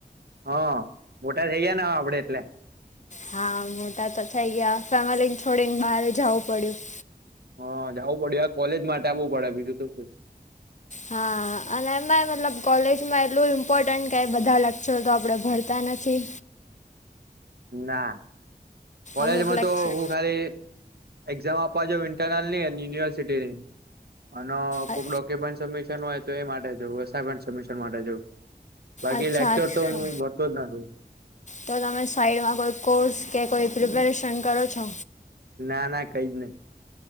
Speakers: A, on the right; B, on the left.
A: હ મોટા થઈ ગયા ને અવે આપડે એટલે
B: હા મોટા તો થઈ ગયા ફેમલીને છોડીને બહાર જવું પડ્યું
A: હ જવું પડ્યું આ કોલેજ માટે આવવું પડે બીજું તું શું
B: હા અને એમાં મતલબ કોલેજમાં એટલું ઇમ્પોર્ટન્ટ કે બધા લગતા લેક્ચર તો આપણે ભરતા નથી
A: ના કોલેજમાં
B: અમુક લેક્ચર
A: તો હું ખાલી એક્ઝામ આપવાજ ઇન્ટરનલ ની અને યુનિવર્સિટી ની અને કોઈક
B: અ
A: ડોક્યુમેન્ટ સબમિશન હોય તો એ માટે જવું અસાઇમેન્ટ સબમિશન માટે જવું બાકી
B: અચ્છા
A: લેક્ચર
B: અચ્છા
A: તો હું ભરતો જ નથી
B: તો તમે સાઈડમાં કોઈ કોર્સ કે કોઈ પ્રિપરેશન કરો છો
A: ના ના કઈ જ નથી